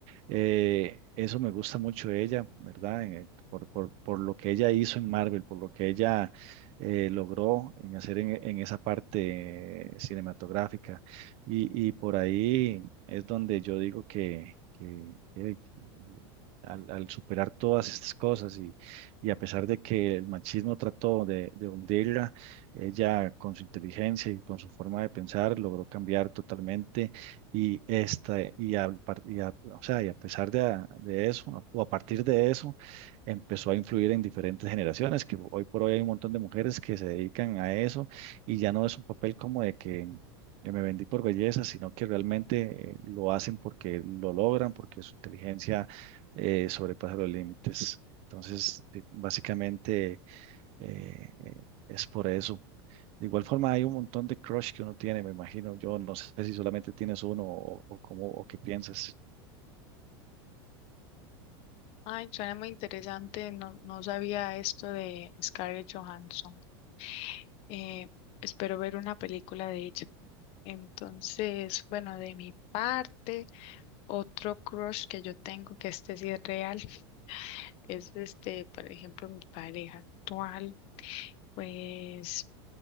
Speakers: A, on the right; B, on the left.
A: eh, eso me gusta mucho de ella, ¿verdad? Eh, por, por, por lo que ella hizo en Marvel, por lo que ella eh, logró en hacer en, en esa parte cinematográfica. Y, y por ahí es donde yo digo que, que, eh, al, al superar todas estas cosas y, y a pesar de que el machismo trató de, de hundirla, ella con su inteligencia y con su forma de pensar logró cambiar totalmente y esta y, a, par- y a- o sea, y a pesar de, de eso, o a partir de eso, empezó a influir en diferentes generaciones, que hoy por hoy hay un montón de mujeres que se dedican a eso y ya no es un papel como de que yo me vendí por belleza, sino que realmente eh, lo hacen porque lo logran, porque su inteligencia eh, sobrepasa los límites. Entonces, de- básicamente eh, eh, es por eso. De igual forma, hay un montón de crush que uno tiene, me imagino. Yo no sé si solamente tienes uno o, o cómo o qué piensas.
B: Ay, suena muy interesante. No, no sabía esto de Scarlett Johansson. Eh, espero ver una película de ella. Entonces, bueno, de mi parte, otro crush que yo tengo, que este sí es real, es este, por ejemplo, mi pareja actual. Pues